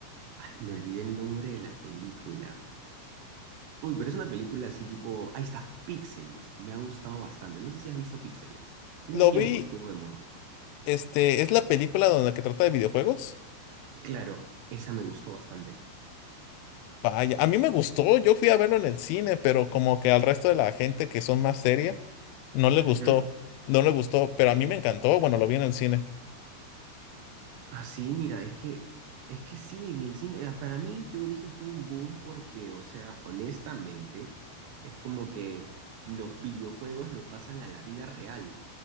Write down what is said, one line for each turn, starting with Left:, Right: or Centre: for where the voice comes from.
Right: Ay, me olvidé el nombre de la película. Uy, pero es una película así tipo, ahí está, Píxeles. Me ha gustado bastante. No sé si has visto Píxeles. Un
Left: Lo
Right: tiempo
Left: vi,
Right: estuvo de moda.
Left: este, es la película donde que trata de videojuegos.
Right: Claro, esa me gustó bastante.
Left: Vaya, a mí me gustó, yo fui a verlo en el cine, pero como que al resto de la gente que son más seria, No le gustó,
Right: Ujú.
Left: no le gustó, pero a mí me encantó bueno, lo vi en el cine.
Right: Así, mira, es que, es que sí, en el cine, eh, para mí yo dije fue un boom porque, o sea, honestamente, es como que los videojuegos lo pasan a la vida real.